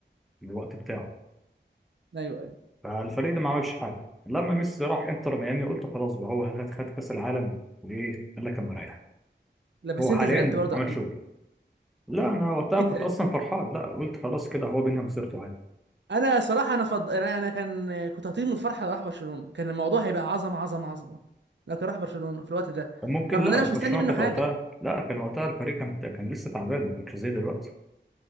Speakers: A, in the centre; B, on the right (about 70°).
A: في الوقت بتاعه
B: ايوه ايوه
A: فالفريق ده ما عملش حاجه لما ميسي راح انتر ميامي قلت خلاص بقى هو خد خد كاس العالم وايه قال لك انا رايح
B: لا بس
A: هو
B: انت
A: حاليا
B: زعلت برضه
A: عمل
B: اكيد
A: شغل لا انا وقتها
B: اكيد
A: كنت
B: زعلت
A: اصلا فرحان لا قلت خلاص كده هو بينهي مسيرته عادي
B: انا صراحة انا فض... انا أنا كان كنت هطير من الفرحة لو راح برشلونة كان الموضوع هيبقى عظمة عظمة عظمة لكن راح برشلونة في الوقت ده
A: كان ممكن
B: رغم
A: لا
B: ان انا
A: برشلونه
B: مش مستني منه
A: كانت
B: حاجة
A: وقتها لا كان وقتها الفريق كان كان لسه تعبان ما كانش زي دلوقتي